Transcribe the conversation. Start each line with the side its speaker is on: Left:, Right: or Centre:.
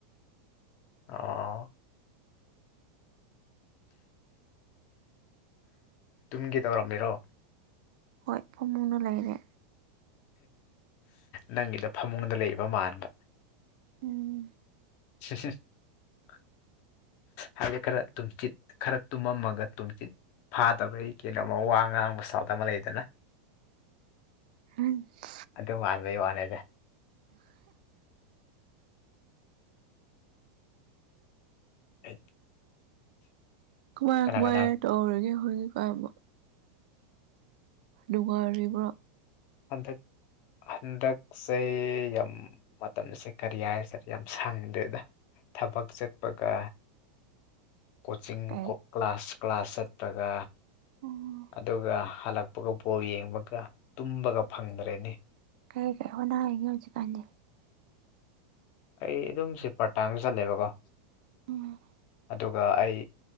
Left: ꯑꯣ ꯇꯨꯝꯒꯦ ꯇꯧꯔꯝꯃꯤꯔꯣ
Right: ꯍꯣꯏ ꯐꯝꯃꯨꯡꯗ ꯂꯩꯔꯦ
Left: ꯅꯪꯒꯤꯗꯣ ꯐꯝꯃꯨꯡꯗ ꯂꯩꯕ ꯃꯥꯟꯕ
Right: ꯎꯝ
Left: <unintelligible> ꯍꯥꯏꯗꯤ ꯈꯔ ꯇꯨꯝꯆꯤꯠ ꯈꯔ ꯇꯨꯝꯃꯝꯃꯒ ꯇꯨꯝꯆꯤꯠ ꯐꯥꯗꯕꯩ ꯀꯩꯅꯣꯝꯃ ꯋꯥ ꯉꯥꯡꯕ ꯁꯥꯎꯠ ꯑꯃ ꯂꯩꯗꯅ
Right: ꯎꯝ <unintelligible>
Left: ꯑꯗꯨ ꯃꯥꯟꯕꯩ ꯋꯥꯅꯤꯗ ꯍꯩꯠ
Right: ꯀꯨꯃꯥꯏ ꯀꯨꯃꯥꯏ
Left: ꯀꯅꯥ
Right: ꯇꯧꯔꯤꯒꯦ ꯍꯣꯏꯖꯤꯛ ꯀꯟꯕꯣ ꯅꯨꯡꯉꯥꯢꯔꯤꯕꯔ꯭
Left: ꯍꯟꯗꯛ ꯍꯟꯗꯛꯁꯦ ꯌꯥꯝ ꯃꯇꯝꯁꯦ ꯀꯔꯤ ꯍꯥꯏꯁꯔꯦ ꯌꯥꯝ ꯁꯪꯗꯦꯗ ꯊꯕꯛ ꯆꯠꯄꯒ
Right: <unintelligible>
Left: ꯀꯣꯆꯤꯡ
Right: ꯀꯩ
Left: ꯀꯣ ꯀ꯭ꯂꯥꯁ ꯀ꯭ꯂꯥꯁ ꯆꯠꯄꯒ
Right: ꯎꯝ
Left: ꯑꯗꯨꯒ ꯍꯜꯂꯛꯄꯒ ꯕꯣ ꯌꯦꯡꯉꯒ ꯇꯨꯝꯕꯒ ꯐꯪꯗ꯭ꯔꯦꯅꯤ
Right: ꯀꯩ ꯀꯩ ꯍꯅ ꯍꯥꯏꯒꯦ ꯍꯧꯖꯤꯛꯀꯥꯟꯗꯤ
Left: ꯑꯩ ꯑꯗꯨꯝꯁꯦ ꯄ꯭ꯔꯇꯥꯟꯗ ꯆꯠꯂꯦꯕꯀꯣ
Right: ꯎꯝ
Left: ꯑꯗꯨꯒ ꯑꯩ